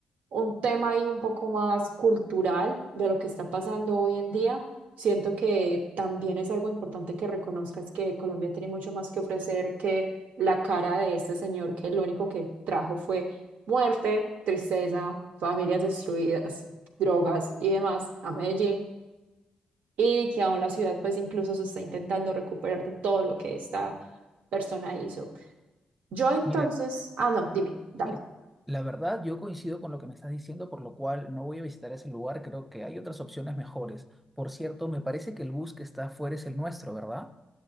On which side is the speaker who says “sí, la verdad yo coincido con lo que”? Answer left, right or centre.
Centre